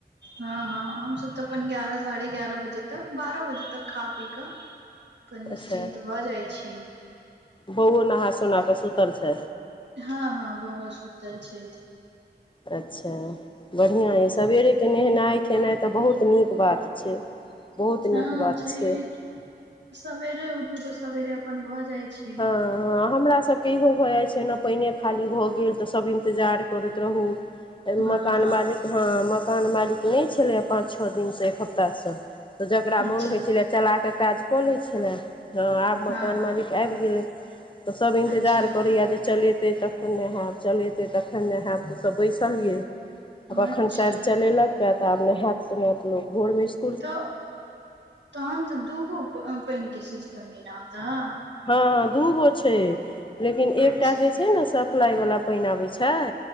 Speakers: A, on the right; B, on the left.
A: हँ हँ हमस तऽ अपन ग्यारह साढ़े ग्यारह बजे तक बारह बजे तक खा पी कऽ पर निश्चिन्त
B: अच्छा
A: भऽ जाइत छी।
B: बौओ नहा सोनाकऽ सुतल छै।
A: हँ हँ बहुत सुतल छै।
B: अच्छा। बढ़िआँ यए सवेरेके नहेनाइ खेनाइ तऽ बहुत नीक बात छै। बहुत
A: हँ
B: नीक बात
A: छै। यहे क सवेरे उठू तऽ सवेरे अपन भऽ जाइ छै।
B: ह हमरासके इहो भऽ जाइत छै। ने पानिए खाली भऽ गेल। तऽ सभ इन्तजार करैत रहू। मकान
A: हँ हँ
B: मालिक हँ मकान मालिक नहि छलैए। पाँच छओ दिनसँ एक हफ्तासँ। त जेकरा
A: अच्छा
B: मोन होइ छलै। चला के काज कऽ ले छले। ह आब मकान
A: हँ हँ
B: मालिक आबि गेलै। तऽ सब इन्तजार
A: अच्छा
B: करैया जे चले ेतै तखन ने हयब चलेतै तखन ने होयब तऽसभ बैसलियै। आब अखन
A: अच्छा
B: साइदचलेलक यंऐह तऽ आब नहायत सुोनायत लोक भोर मिस
A: तऽ तहन तऽ दूगो पानि के सिस्टम लेनाई होताय
B: हँ दूगो छै। लेकिन एकटा
A: अच्छा
B: जे छै। ने सप्लाइवला पानि आबैत छै।